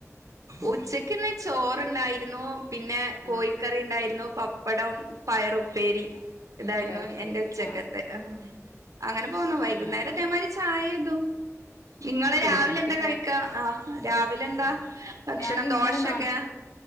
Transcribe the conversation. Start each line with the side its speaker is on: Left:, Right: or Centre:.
Right: ഉച്ചക്ക്ന്ന് ചോറുണ്ടായിരുന്നു പിന്നെ കോഴിക്കറി
Left: ആഹ്
Right: ഉണ്ടായിരുന്നു പപ്പടം പയറുപ്പേരി ഇതായിരുന്നു
Left: പയറുപ്പേരി
Right: എന്റെ ഉച്ചക്കത്തെ
Left: ആഹ്
Right: ആ അങ്ങനെ പോന്നു വൈകുന്നേരം
Left: ആഹ്
Right: ഇതേ മാതിരി ചായേം ഇതും നിങ്ങള്
Left: കുടിക്കും
Right: രാവിലെ എന്താ
Left: പിന്നെ
Right: കഴിക്കാ ആ രാവിലെ എന്താ ഭക്ഷണം
Left: ഞാൻ ഇന്നലെ
Right: ദോശൊക്കെ
Left: നാട്ടിൽ